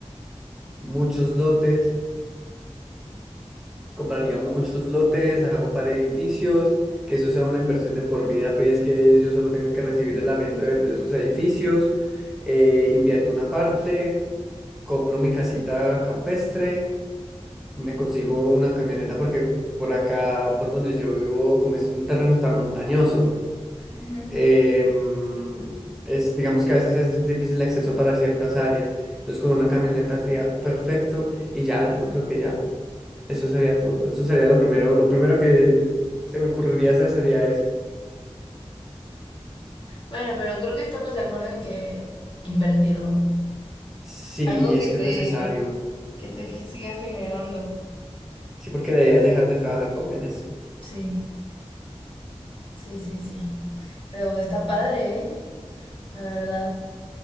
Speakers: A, in the centre; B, on the left (about 50°).
A: muchos lotes compraría muchos lotes, hago para edificios, que eso sea una inversión de por vida, pues que yo solo tenga que recibir el arriendo de esos edificios, eh, invierto una parte, compro mi casita campestre, me consigo una camioneta porque por acá, por donde yo vivo, como es un terreno tan montañoso,
B: Ujú.
A: em, es, digamos que a veces es difícil el acceso para ciertas áreas, entonces con una camioneta sería perfecto y ya, yo no creo que ya. Eso sería todo. Eso sería lo primero, lo primero que se me ocurriría hacer sería eso.
B: Bueno, pero creo que estamos de acuerdo en que invertirlo.
A: Sí,
B: Algo
A: es
B: que te,
A: que es necesario.
B: que te siga generando.
A: Sí, porque la idea es dejar de trabajar jóvenes.
B: Sí, sí, sí, sí. Pero está padre, ¿eh? La verdad.